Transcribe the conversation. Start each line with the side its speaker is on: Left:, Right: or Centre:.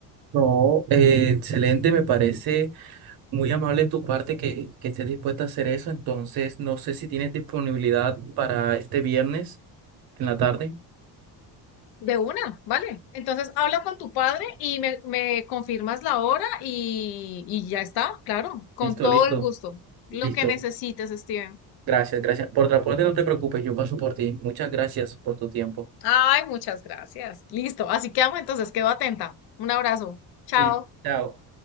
Right: No, eh, excelente, me parece. Muy amable de tu parte que, que estés dispuesta a hacer eso. Entonces, no sé si tienes disponibilidad para este viernes en la tarde.
Left: De una, ¿vale? Entonces habla con tu padre y me, me confirmas la hora y, y ya está, claro, con
Right: Listo,
Left: todo
Right: listo,
Left: el gusto. Lo
Right: listo.
Left: que necesites, Steven.
Right: Gracias, gracias. Por transporte no te preocupes, yo paso por ti. Muchas gracias por tu tiempo.
Left: Ay, muchas gracias. Listo, así quedamos entonces, quedo atenta. Un abrazo. Chao.
Right: Sí, chao.